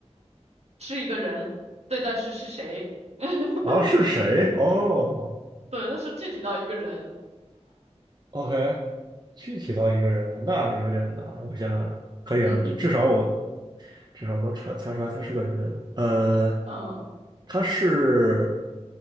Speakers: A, on the right (about 65°); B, on the right (about 35°).
A: 是一个人，对，但是是谁？<laughs>
B: 啊，是谁？哦哦
A: 对，但是具体到一个人，
B: ，OK，具体到一个人，那有点难。我想想，可以啊，
A: 嗯
B: 至至少我至少能查查出来他是个人。呃，
A: 嗯。
B: 他是